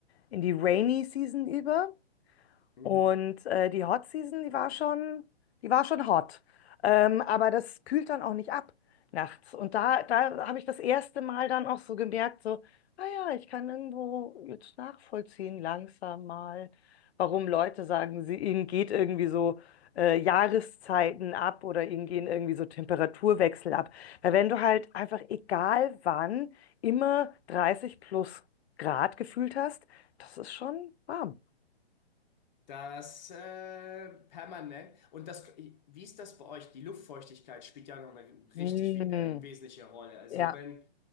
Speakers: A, on the left (about 75°); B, on the left (about 45°).
A: in die Rainy Season über.
B: Mhm.
A: Und äh, die Hot Season, die war schon, die war schon hot. Ähm, aber das kühlt dann auch nicht ab nachts. Und da, da habe ich das erste Mal dann auch so gemerkt, so, ah ja, ich kann irgendwo jetzt nachvollziehen, langsam mal, warum Leute sagen, sie, ihnen geht irgendwie so äh, Jahreszeiten ab oder ihnen gehen irgendwie so Temperaturwechsel ab. Weil wenn du halt einfach egal wann immer 30 plus Grad gefühlt hast, das ist schon warm.
B: Das äh, permanent. Und das, wie ist das bei euch? Die Luftfeuchtigkeit spielt ja noch eine
A: Mm.
B: richtig we- äh, wesentliche Rolle. Also
A: Ja.
B: wenn,